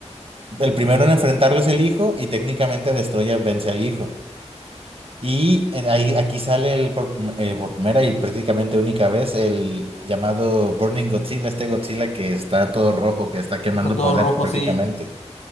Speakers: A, on the right; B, on the left.
A: El primero en enfrentarlo es el hijo y técnicamente Destroya vence al hijo. Y en- ahí, aquí sale el, por, el por primera y prácticamente única vez el llamado Burning Godzilla, este Godzilla que está todo rojo, que está quemando
B: Está todo
A: por
B: rojo,
A: dentro prácticamente.
B: sí.